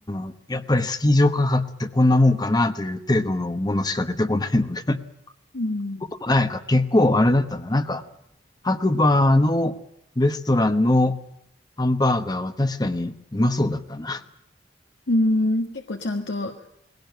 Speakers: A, on the left; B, on the left.
A: ん、やっぱりスキー場価格ってこんなもんかなという程度のものしか出てこないので。<laughs>
B: うん。
A: こともないか、結構あれだったな。なんか、白馬のレストランのハンバーガーは確かにうまそうだったな。
B: うん。結構ちゃんと